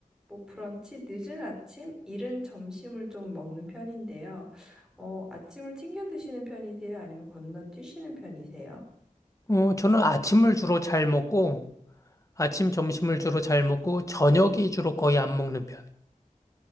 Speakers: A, in the centre; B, on the left.
A: 뭐 브런치 늦은 아침, 이른 점심을 좀 먹는 편인데요. 어, 아침을 챙겨 드시는 편이세요? 아니면 건너뛰시는 편이세요?
B: 어, 저는 아침을 주로 잘 먹고 아침 점심을 주로 잘 먹고 저녁이 주로 거의 안 먹는 편.